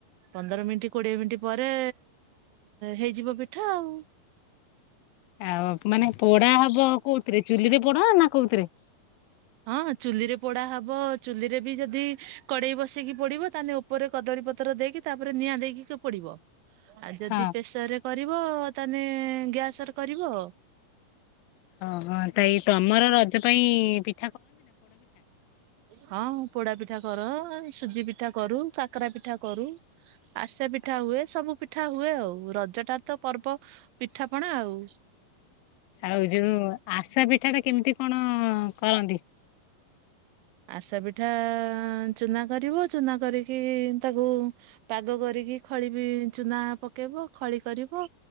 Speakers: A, on the right (about 80°); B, on the left (about 80°).
A: ପନ୍ଦର ମିନିଟ କୋଡିଏ ମିନିଟ ପରେ ହେଇଯିବ ପିଠା ଆଉ
B: ଆଉ ମାନେ ପୋଡା ହବ କୋଉଥିରେ ଚୁଲି ରେ ପୋଡା ନା କୋଉଥିରେ
A: ହଁ ଚୁଲିରେ ପୋଡା ହବ ଚୁଲିରେ ବି ଯଦି କଡେଇ ବସେଇକି ପଡିବ ତାହେଲେ ଉପରେ କଦଳୀ ପତ୍ର ଦେଇକି ତାପରେ ନିଆଁ ଦେଇକି ପଡିବ। ଆଉ ଯଦି
B: ହଁ।
A: ପ୍ରେସର ରେ କରିବ ତାହେଲେ ଗ୍ୟାସରେ କରିବ।
B: ଓହୋ ତେଇ ତମର ରଜ ପାଇଁ ପି
A: ହଁ। ପୋଡା ପିଠା କର ସୁଜି ପିଠା କରୁ କକରା ପିଠା କରୁ ଆସା ପିଠା ହୁଏ ସବୁ ପିଠା ହୁଏ ଆଉ ରଜଟା ତ ପର୍ବ ପିଠାପଣା ଆଉ
B: ଆଉ ଯୋଉ ଆସା ପିଠା ଟା କେମିତି କଣ କରନ୍ତି?
A: ଆରସା ପିଠା ଚୁନା କରିବ ଚୂନା କରିକି ତାକୁ ପାଗ କରିକି ଖଳ ବିି ଚୁନା ପ ପକେଇବ ଖଳି କରିବ